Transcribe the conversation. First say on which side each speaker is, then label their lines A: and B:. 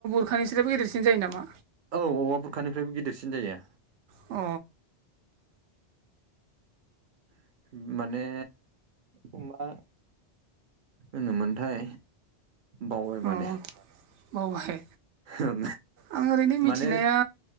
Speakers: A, on the right (about 80°); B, on the right (about 60°).
A: <unintelligible> गदेरसिन जायो नामा?
B: औ औवा बुरखानिफ्रायबो गिदिरसिन जायो।
A: अ।
B: <inaudible> माने अमा होनोमोनथाय बावबाय
A: अ
B: माने।
A: बावबाय
B: ओं
A: आं ओरैनो मिथिनाया
B: माने